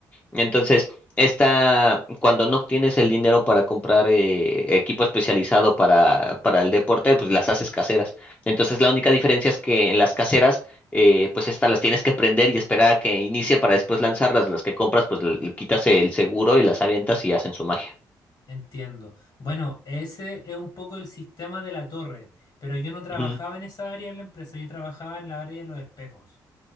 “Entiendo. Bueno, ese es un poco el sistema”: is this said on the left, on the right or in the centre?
Left